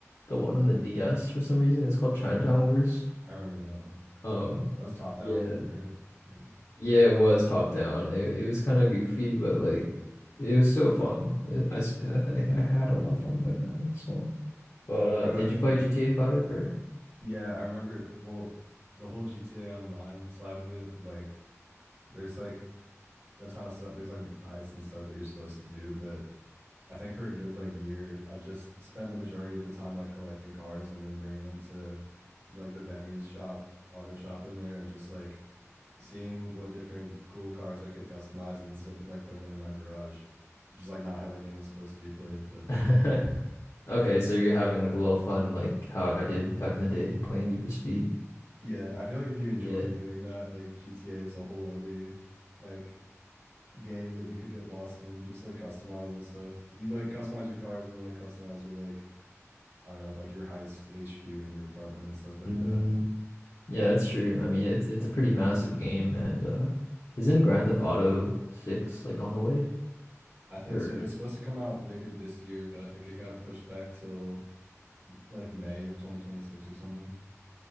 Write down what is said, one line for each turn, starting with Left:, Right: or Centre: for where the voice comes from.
Left: the one on the DS for some reason. It's called Chinatown Wars.
Right: I remember that one.
Left: Um,
Right: That was top down,
Left: yeah,
Right: right? Yeah.
Left: yeah, it was top down. It it was kind of goofy, but like it was still fun. It, I s- I think I had a lot of fun playing that as well. But
Right: I
Left: uh,
Right: brought
Left: did
Right: it up because
Left: you play
Right: like
Left: GTA 5 or?
Right: yeah, I remember well the whole GTA Online side of it, like there's like a ton of stuff there's like heists and stuff that you're supposed to do, but I think for a good like year, I just spent the majority of the time like collecting cars and then bringing them to like the Benny's shop, auto shop in there and just like seeing what different cool cars I could customize and sitting, like putting them in my garage, which is like not how the game is supposed to be played. But
Left: <laughs> Okay, so you're having like a little fun, like how I did back in the day playing Need for Speed.
Right: yeah, I feel like if you enjoy
Left: Yeah.
Right: doing that, like GTA is a whole other like game that you could get lost in, just like customizing stuff. You like customize your cars and then like customize your like I don't know, like your heist HQ in your apartment and stuff like
Left: Mm,
Right: that.
Left: Yeah, that's true. I mean, it's it's a pretty massive game, and uh, isn't Grand Theft Auto 6 like on the way?
Right: I think
Left: Or
Right: so. It was supposed to come out later this year, but I think it got pushed back till like May of 2026 or something.